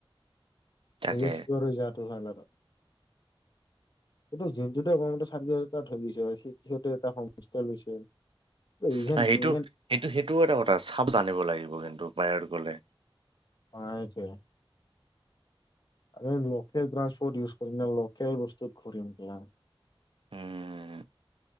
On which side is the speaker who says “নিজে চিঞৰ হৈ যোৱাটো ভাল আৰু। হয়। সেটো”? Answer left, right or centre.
Left